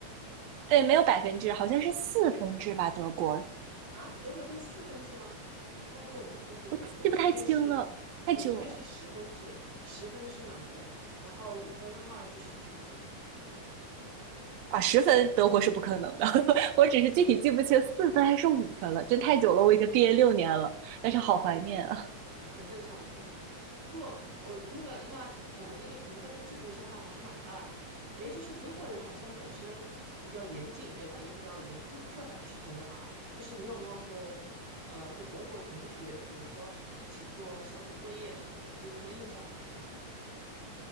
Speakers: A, on the right (about 75°); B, on the right (about 50°).
A: 对，没有百分制，好像是四分制吧，德国，
B: 啊，德国就有四分制吗？那跟我们这边不一样哎，
A: 我记不太清了，
B: 我们这边是，
A: 太久了
B: 我们这边是十分制，十分是满分，然后五分的话就是及格。
A: 啊，十分德国是不可能的，<laughs> 我只是具体记不清四分还是五分了，真太久了，我已经毕业六年了，但是好怀念啊。
B: 哦，很正常，很正常，很正常。不过我那个那我们那个评分的制度相差还是蛮大的。诶，就是德国人好像本身比较严谨，对吧？也比较严肃刻板，是真的吗？就是你有没有跟呃，就德国同学，比如说一起做小组作业什么的，你对他们的印象怎么样啊？